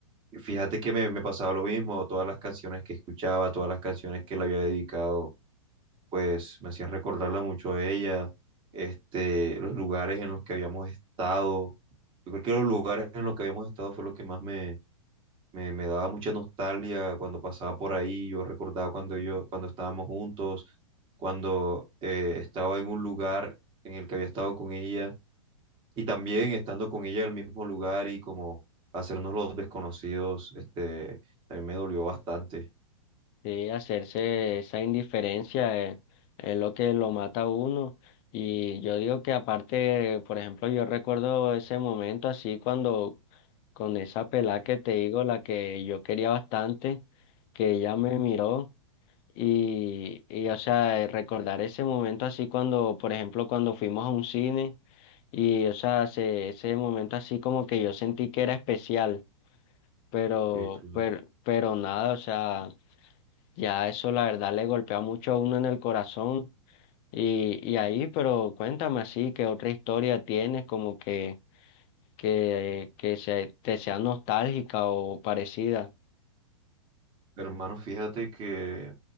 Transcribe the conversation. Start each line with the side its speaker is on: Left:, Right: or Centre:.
Right: Y Fíjate que me, me pasaba lo mismo, todas las canciones que escuchaba, todas las canciones que le había dedicado, pues me hacían recordarla mucho a ella, este, los lugares en los que habíamos estado. Yo creo que los lugares en los que habíamos estado fue lo que más me, me, me daba mucha nostalgia cuando pasaba por ahí. Yo recordaba cuando yo, cuando estábamos juntos, cuando eh, estaba en un lugar en el que había estado con ella y también estando con ella en el mismo lugar y como hacernos los desconocidos, este, también me dolió bastante.
Left: Sí, hacerse esa indiferencia eh, es, lo que lo mata a uno. Y yo digo que aparte, por ejemplo, yo recuerdo ese momento así cuando con esa pelá que te digo, la que yo quería bastante, que ella me miró y, y o sea, eh, recordar ese momento así cuando, por ejemplo, cuando fuimos a un cine y, o sea, ese, ese momento así como que yo sentí que era especial, pero,
Right: Eh, claro.
Left: pero, pero nada, o sea... Ya eso la verdad le golpea mucho a uno en el corazón. Y, y ahí, pero cuéntame así, ¿qué otra historia tienes como que, que, que se- te sea nostálgica o parecida?
Right: Hermano, fíjate que